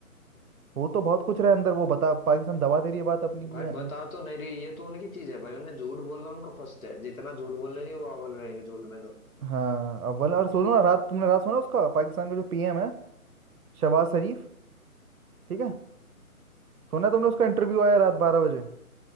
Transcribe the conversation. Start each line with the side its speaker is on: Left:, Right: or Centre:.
Right: वो तो बहुत कुछ रहा है अंदर वो बता पाकिस्तान दबा दे रही है बात अपनी की
Left: भाई
Right: अं-
Left: बता तो नहीं रही ये तो उनकी चीज है भाई उन्हें झूठ बोलना उनका फर्स्ट है जितना झूठ बोलेंगे वो अव्वल रहेंगे झूठ में तो
Right: हाँ अव्वल और सुनो ना रात तुमने रात सुना उसका पाकिस्तान का जो पीएम है शहबाज शरीफ ठीक है सुना तुमने उसका इंटरव्यू आया रात बारह बजे